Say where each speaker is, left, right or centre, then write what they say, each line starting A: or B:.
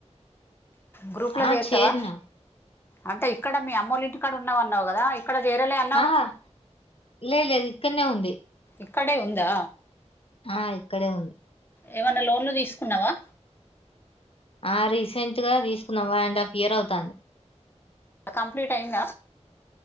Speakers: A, on the left; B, on the left.
A: గ్రూప్ ల
B: ఆ
A: చేసరుతావా
B: చేరిన
A: అంటే ఇక్కడ మీ అమ్మోళ్ల ఇంటి కడ ఉన్నావన్నవ్ కదా ఇక్కడ చేరలే అం
B: ఆహా లేద్ లేద్ ఇక్కన్నే ఉంది
A: ఇక్కడే ఉందా
B: ఆ ఇక్కడే ఉంది
A: ఏమన్నా లోన్లు తీసుకున్నావా
B: ఆ రీసెంట్ గా తీసుకున్నాం వన్ అండ్ హాఫ్ ఇయర్ అవుతంది
A: కంప్లీట్ అయిందా